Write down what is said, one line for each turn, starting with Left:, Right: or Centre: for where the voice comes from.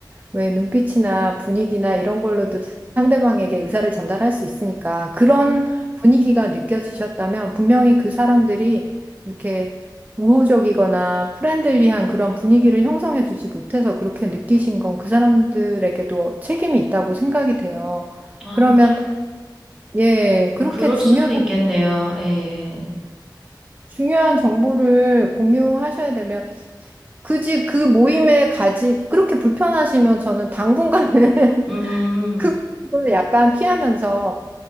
Right: 왜 눈빛이나 분위기나 이런 걸로도 상대방에게 의사를 전달할 수 있으니까 그런 분위기가 느껴지셨다면 분명히 그 사람들이 이렇게 우호적이거나 프렌들리한 그런 분위기를 형성해 주지 못해서 그렇게 느끼신 건 그 사람들에게도 책임이 있다고 생각이 돼요.
Centre: 아,
Right: 그러면
Centre: 그,
Right: 예,
Centre: 음,
Right: 그렇게
Centre: 그럴
Right: 중요한
Centre: 수도 있겠네요. 예.
Right: 중요한 정보를 공유하셔야 되면 굳이 그 모임에 가지 그렇게 불편하시면 저는 당분간은
Centre: 음,
Right: <laughs> 그걸 약간 피하면서